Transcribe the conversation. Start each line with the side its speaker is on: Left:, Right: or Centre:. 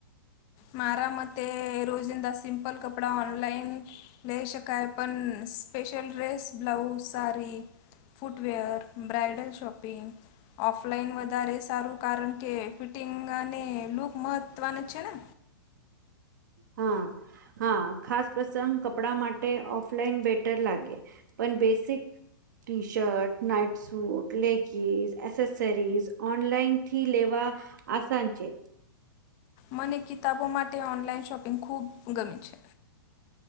Left: મારા મતે રોજિંદા સિમ્પલ કપડા ઓનલાઈન લઈ શકાય પણ special dress blouse sari footwear bridal shopping offline વધારે સારું કારણ કે ફિટિંગ અને લૂક મહત્ત્વનું જ છે ને.
Right: હા હા ખાસ પ્રસંગ કપડા માટે. ઓલાઈન બેટર લાગે પણ basic T shirt night suit leggings accessories ઓનલાઈનથી લેવા આસાન છે.
Left: મને કિતાબો માટે ઓનલાઈન શોપિંગ ખૂબ ગમે છે.